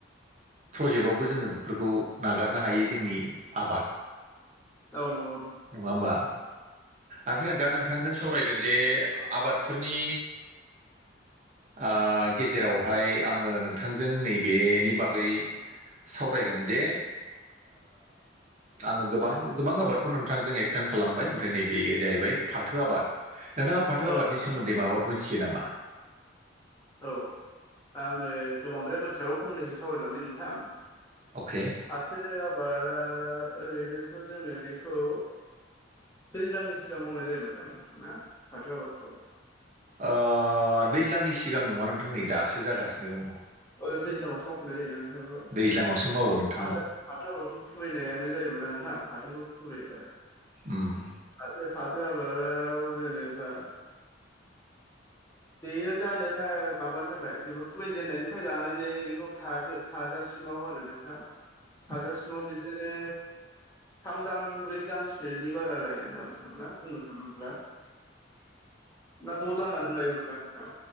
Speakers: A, on the right; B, on the left.
A: प्रजेक्टआवबो जोङो बेफोरखौ नागारनो हायो जोंनि आबाद
B: औ नोंगौ
A: नङा होमबा ओमफ्राय आं
B: नोंथां
A: दा नोंथांजों सावरायगोन जे आबादफोरनि ओ गेजेरावहाय
B: औ
A: आङो नोंथांजों नैबेनि बागै सावरायगोन जे आङो गोबां गोबां आबाद बे खौ नोंथांजों एक्सप्लेन खालामबाय ओमफ्राय नैबेयो जाहैबाय फाथो आबाद नोंथाङा फाथो
B: औ
A: आबादनि
B: नोंथां
A: सोमोन्दै माबाफोर मिथियो नामा
B: औ दा आङो गोबांद्राय मानसियाव फंनैसो सावरायलांनो नोंथां
A: अके
B: फाथो आबादा ओरैनोथ' जोङो बेखौ दैज्लांनि सिगां मावनाय जायोमोनदां नोंथांना फाथो आबादखौ
A: ओ दैज्लांनि सिगां नङा नोंथां नै दासो जागासिनो दङ
B: औ दैज्लांवसो मावख'नाय जायो ना नोंथांखौ
A: दैज्लाङावसो मावो
B: औ
A: नोंथां
B: फाथो फाथो आदफोरखौ खुबैनायानो जाहैबायना नोंथां फाथोखौ खुबैबाय
A: उम
B: ससे फाथो आबादाव जेनेबा बेयो जानो थाखाय माबानि थाखाय जेनेबा खुगै जेननायनिफ्राय लानानै बेखौ खागो खाजासिमाव आरो नोंथां
A: लांदां
B: हाजासिमाव बिदिनो थाम दान ब्रै दानसोनि बारा लायदां नोंथां बुंनो थाङोब्ला
A: लांदां
B: ना द' दाना लायोमोन नोंथां नोंथां